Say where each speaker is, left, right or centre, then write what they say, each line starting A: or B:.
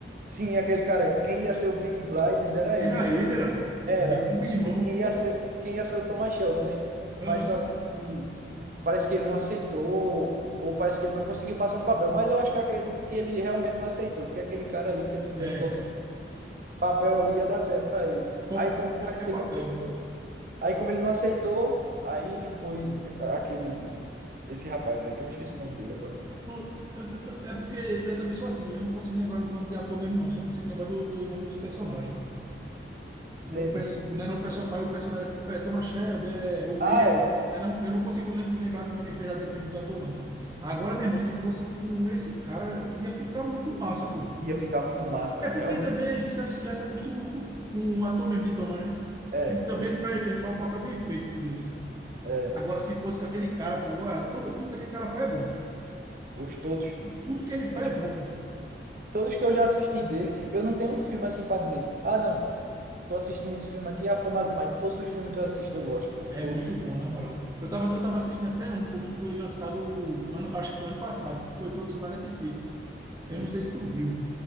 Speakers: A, on the right; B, on the right.
A: Sim, aquele careca. Quem ia ser o Peaky Blinders era
B: Era
A: ele, mas
B: ele,
A: pa-
B: era
A: era.
B: bem o irmão.
A: Quem, quem ia ser, quem ia ser o Thomas Shelby, né?
B: Aham.
A: Mas só que parece que ele não aceitou, ou parece que ele não conseguiu passar no papel. Mas eu acho que eu acredito que ele realmente não aceitou, porque aquele cara ali, se ele fizesse
B: É,
A: qualquer papel ali, ia dar certo pra ele.
B: qual-
A: Aí, como
B: qualquer
A: parece que
B: papel.
A: ele não aceitou. Aí, como ele não aceitou, aí foi a- aquele. Esse rapaz aí, que eu me esqueci o nome dele agora.
B: Pronto, eu- eu- eu- é porque eu também sou assim, eu não consigo lembrar o nome de ator mesmo, não, só consigo lembrar do, do nome dos personagens.
A: Entendi.
B: o, perso- não é não, o pessoal faz o personagem tipo é Thomas Shelby, é o
A: Ah,
B: Will.
A: é.
B: Não é não, eu não consigo lem- lembrar do nome verdadeiro mesmo do ator, não. Agora, meu irmão, se fosse com esse cara, ia ficar muito massa, pô.
A: Ia ficar muito massa,
B: É porque
A: realmente.
B: também a gente já, se- já se acostumou com, com o ator mesmo de Thomas, né?
A: É,
B: Que também
A: isso.
B: ele faz, ele faz o papel bem feito dele.
A: É.
B: Agora, se fosse com aquele cara, pô, ah, todo filme que aquele cara faz é bom.
A: Os todos.
B: Tudo que ele faz
A: Todos,
B: é bom, pô.
A: todos que eu já assisti dele, eu não tenho um filme assim pra dizer. Ah, não. Tô assistindo esse filme aqui, ah, foi mais. Mas todos os filmes que eu assisto eu gosto, pô.
B: É
A: Todos.
B: muito bom, na moral. Eu tava, eu tava assistindo até um, pô, que foi lançado, ano, acho que foi ano passado, que foi produção da Netflix. Eu
A: Hum.
B: não sei se tu viu